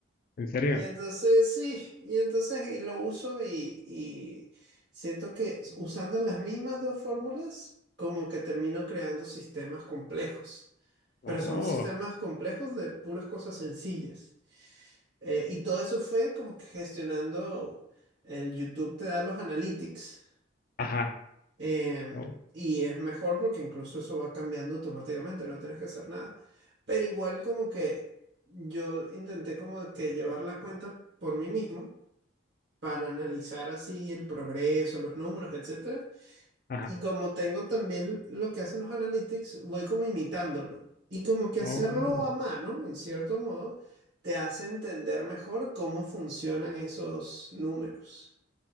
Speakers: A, on the left (about 50°); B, on the right (about 60°).
A: ¿en serio?
B: Y entonces sí, y entonces y lo uso y, y siento que s- usando las mismas dos fórmulas, como que termino creando sistemas complejos, pero
A: Oh,
B: son sistemas complejos de puras cosas sencillas. Eh, y todo eso fue como que gestionando el YouTube te da los analytics
A: ajá,
B: em,
A: oh,
B: y es mejor porque incluso eso va cambiando automáticamente, no tienes que hacer nada. Pero igual como que yo intenté como que llevar la cuenta por mí mismo para analizar así el progreso, los números, etcétera.
A: ajá,
B: Y como tengo también lo que hacen los analytics, voy como imitándolo. Y como que hacerlo
A: oh.
B: a mano, en cierto modo, te hace entender mejor cómo funcionan esos números.